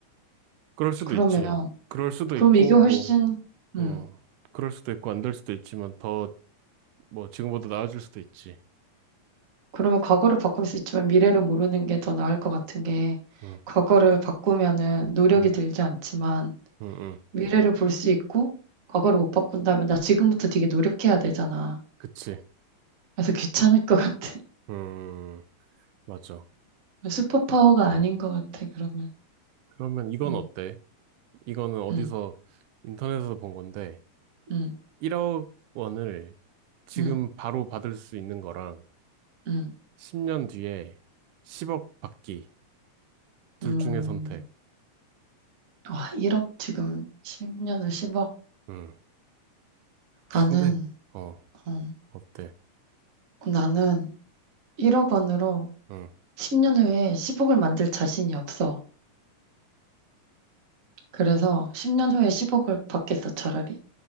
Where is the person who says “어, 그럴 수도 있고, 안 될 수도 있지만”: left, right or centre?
Right